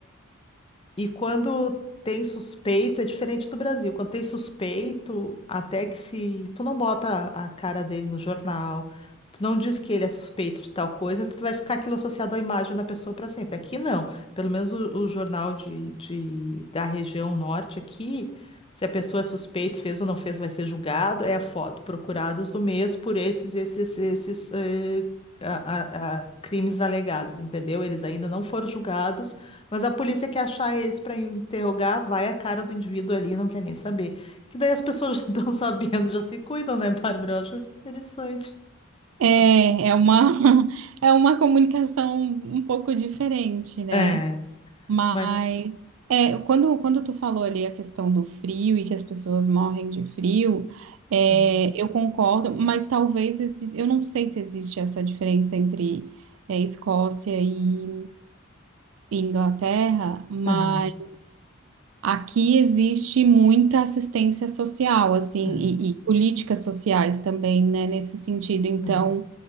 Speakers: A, on the left (about 25°); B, on the right (about 70°).
A: E quando tem suspeito, é diferente do Brasil. Quando tem suspeito, até que se tu não bota a cara dele no jornal, tu não diz que ele é suspeito de tal coisa, porque tu vai ficar aquilo associado à imagem da pessoa para sempre. Aqui não. Pelo menos o, o jornal de, de- da região norte aqui, se a pessoa é suspeita, fez ou não fez, vai ser julgado, é a foto. Procurados do mês por esses, esses, esses, eh, a- a- a crimes alegados, entendeu? Eles ainda não foram julgados mas a polícia quer achar eles para interrogar, vai a cara do indivíduo ali, não quer nem saber. Que daí as pessoas <laughs> já estão sabendo, já se cuidam, né, Bárbara? Eu acho isso interessante.
B: É, é uma, <laughs> é uma comunicação um pouco diferente, né?
A: É,
B: Mas
A: mas.
B: é, quando, quando tu falou ali a questão do frio e que as pessoas morrem de frio, é,
A: é,
B: eu concordo, mas talvez exis- eu não sei se existe essa diferença entre é, Escócia e, e Inglaterra, mas
A: Aham,
B: aqui existe muita assistência social, assim,
A: aham,
B: e, e políticas sociais também, né, nesse sentido. Então
A: aham,